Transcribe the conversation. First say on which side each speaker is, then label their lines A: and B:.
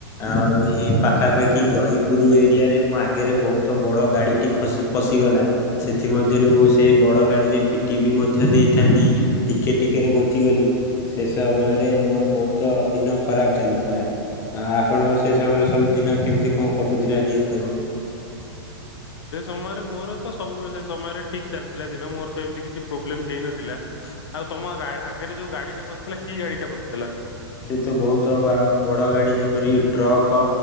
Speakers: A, on the left; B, on the left.
A: ଆଉ ଇ ପାଖାପାଖି ଜୟପୁର ଏରିଆ ରେ ମୁଁ ଆଗରେ ବହୁତ ତ ବଡ ଗାଡିଟି ଫଶି-ଫଶିଗଲା ସେଥି ମଧ୍ୟ ରେ ମୁଁ ସେ ବଡ ଗାଡିରେ ପିଟି ବି ମଧ୍ୟ ଦେଇଥାନ୍ତି ଟିକେ ଟିକେରେ ବଞ୍ଚିଗଲି। ସେ ସମ ସମୟରେ ମୋର ବହୁତ ଦିନ ଖରାପ ଚାଲିଥିଲା। ଆ ଆପଣଙ୍କର ସେ ସମୟରେ ସବୁ ଦିନ କେମିତି କ'ଣ କଟୁଥିଲା ଟିକେ କହିବେ?
B: ସେ ସମୟରେ ମୋର ତ ସବୁବେଳେ ସେ ସମୟରେ ଠିକ ଚାଲିଥିଲା ଦିନ ମୋର ତ ଏମିତି କିଛି ପ୍ରୋବ୍ଲେମ ହେଇନଥିଲା ଆଉ ତମ ଆ-ଆଗରେ ଯୋଉ ଗାଡି ଟା ପସିଥିଲା କି ଗାଡ଼ିଟା ବସିଥିଲା।
A: ସେ ତ ବହୁତବା ବଡ ଗାଡି ଯେପରି ଟ୍ରକ